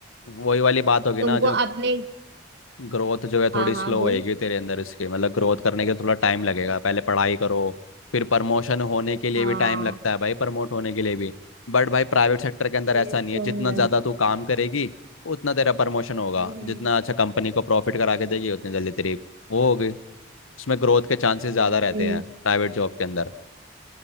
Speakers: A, on the left; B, on the right.
A: वही वाली बात होगी ना
B: तुमको
A: जो
B: अपने
A: ग्रोथ जो है थोड़ी
B: हाँ हाँ
A: स्लो
B: बोल
A: होएगी तेरे अंदर इसके मतलब ग्रोथ करने के लिए थोड़ा टाइम लगेगा पहले पढ़ाई करो फिर प्रमोशन होने के लिए
B: हाँ
A: भी टाइम लगता है भाई प्रमोट होने के लिए भी बट भाई प्राइवेट सेक्टर के अंदर
B: ये
A: ऐसा नहीं
B: तो
A: है जितना
B: है
A: ज़्यादा तू काम करेगी उतना तेरा प्रमोशन होगा
B: हम्म
A: जितना अच्छा कंपनी को प्रॉफिट करा के देगी उतनी जल्दी तेरी वो होगी उसमें ग्रोथ के चांसेस
B: हम्म
A: ज़्यादा रहते
B: हम्म
A: हैं प्राइवेट जॉब के अंदर